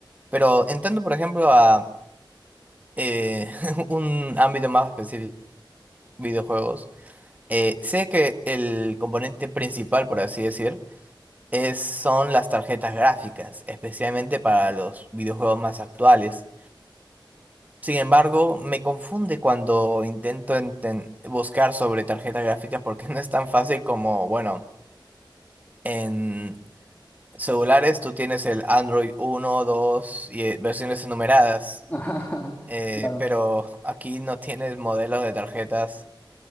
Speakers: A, on the right; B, on the left.
A: Pero entrando, por ejemplo, a eh, <laughs> un ámbito más específico, videojuegos, eh, sé que el componente principal, por así decir, es, son las tarjetas gráficas, especialmente para los videojuegos más actuales. Sin embargo, me confunde cuando intento enten- buscar sobre tarjetas gráficas porque <laughs> no es tan fácil como, bueno, en celulares tú tienes el Android uno, 2 y eh, versiones enumeradas,
B: <laughs> Ajá,
A: eh,
B: Claro.
A: pero aquí no tienes modelos de tarjetas